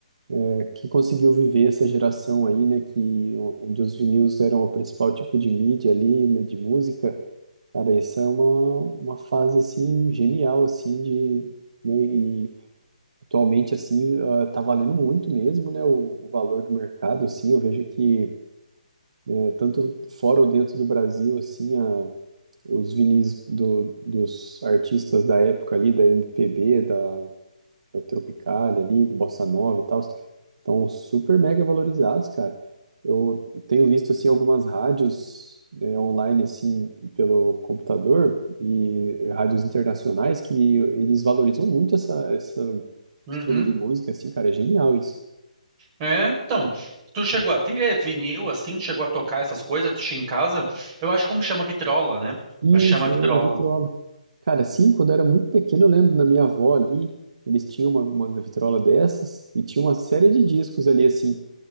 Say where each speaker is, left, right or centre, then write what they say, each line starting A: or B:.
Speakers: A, on the right; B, on the right.
A: É, Quem conseguiu viver essa geração aí, né, que o- onde os vinis eram o principal tipo de mídia ali, né, de música, cara, isso é uma, uma fase, assim, genial, assim, de, né, e atualmente, assim, ah, tá valendo muito mesmo, né, o, o valor do mercado, assim, eu vejo que, né, tanto fora ou dentro do Brasil, assim, a os vinis do, dos artistas da época ali, da MPB, da o Tropicália ali, Bossa Nova e tal, estão super mega valorizados, cara. Eu tenho visto, assim, algumas rádios, né, online, assim, pelo computador e rádios internacionais que eles valorizam muito essa, essa
B: Uhum.
A: estilo de música, assim, cara, é genial isso.
B: É, então, tu chegou a ter vinil, assim, tu chegou a tocar essas coisas, tu tinha em casa, eu acho como chama vitrola, né? Eu
A: Isso,
B: acho que chama vitrola.
A: é a vitrola. Cara, assim quando eu era muito pequeno, eu lembro da minha avó ali, eles tinham uma, uma vitrola dessas e tinha uma série de discos ali, assim,